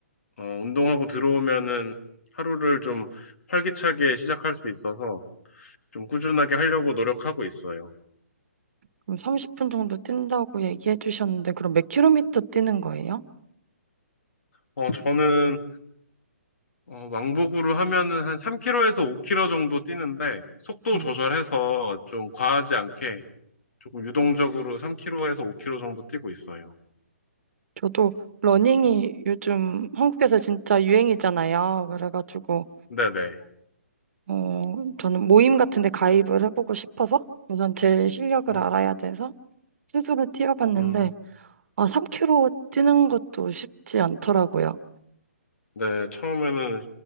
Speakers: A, on the left; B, on the right.
A: 어, 운동하고 들어오면은 하루를 좀 활기차게 시작할 수 있어서 좀 꾸준하게 하려고 노력하고 있어요.
B: 그럼 30분 정도 뛴다고 얘기해 주셨는데 그럼 몇 킬로미터 뛰는 거예요?
A: 어, 저는 어, 왕복으로 하면은 한 3km에서 5km 정도 뛰는데, 속도
B: 네.
A: 조절해서 좀 과하지 않게 조금 유동적으로 3km에서 5km 정도 뛰고 있어요.
B: 저도 러닝이 요즘 한국에서 진짜 유행이잖아요. 그래가지고
A: 네네.
B: 어, 저는 모임 같은 데 가입을 해보고 싶어서 우선 제 실력을
A: 음,
B: 알아야 돼서 스스로 뛰어봤는데
A: 음.
B: 아, 3km 뛰는 것도 쉽지 않더라고요.
A: 네, 처음에는